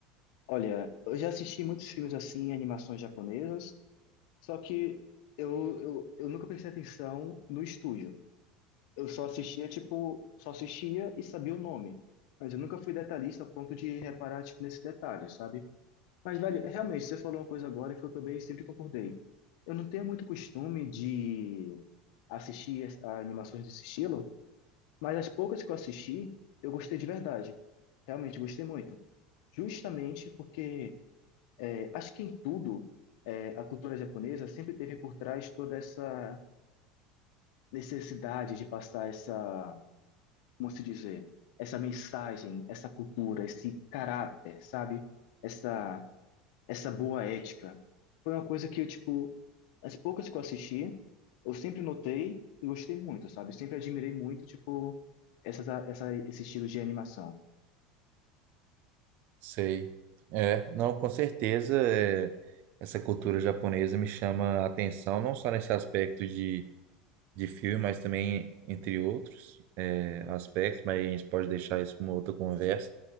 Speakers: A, on the left; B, on the right.
A: Olha, eu já assisti muitos filmes assim, animações japonesas, só que eu, eu, eu nunca prestei atenção no estúdio. Eu só assistia, tipo, só assistia e sabia o nome. Mas eu nunca fui detalhista a ponto de reparar, tipo, nesses detalhes, sabe? Mas, velho, realmente, você falou uma coisa agora que eu também sempre concordei. Eu não tenho muito costume de assistir as- a animações desse estilo, mas as poucas que eu assisti, eu gostei de verdade. Realmente gostei muito. Justamente porque é, acho que em tudo, é, a cultura japonesa sempre teve por trás toda essa necessidade de passar essa, como se dizer, essa mensagem, essa cultura, esse caráter, sabe? Essa, essa boa ética. Foi uma coisa que eu, tipo, as poucas que eu assisti, eu sempre notei e gostei muito, sabe? Sempre admirei muito, tipo, essa, essa, esse estilo de animação.
B: Sei. É, não, com certeza, é, essa cultura japonesa me chama a atenção, não só nesse aspecto de, de filme, mas também entre outros é, aspectos, mas a gente pode deixar isso para uma outra conversa.